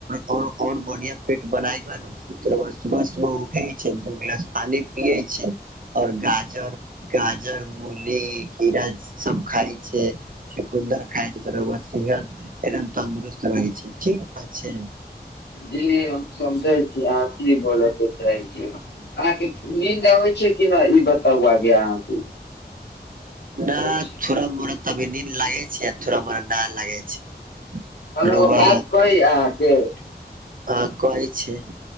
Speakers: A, on the right (about 55°); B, on the left (about 85°).
A: और और बढ़िया पेट बनाय के बाद सुबह सुबह उठे छैय दू गिलास पानी पिय छैय और गाछ जर गाजर, मूली, खीरा सब खा छैय, चुकुन्दर खाय छैय त सेहत एकदम तन्दुरुस्त रहै छैय ठीक छैय।
B: जी हम समझे छी अहाँ की बोले के चाहे छी अहाँ के नींद आबै छै की नहि ई बताउआ। ब्याहन
A: न
B: छै
A: थो थोड़ा मोड़ा तब निन लागे छै। <unintelligible> न लागे छैय
B: हम
A: रौवा
B: एगो बात कही अहाँके
A: आ कहे छैय।